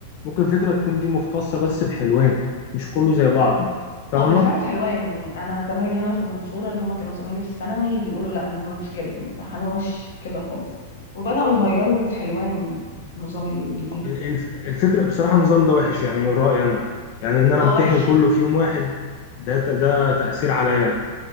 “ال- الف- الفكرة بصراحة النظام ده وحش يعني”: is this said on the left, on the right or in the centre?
Left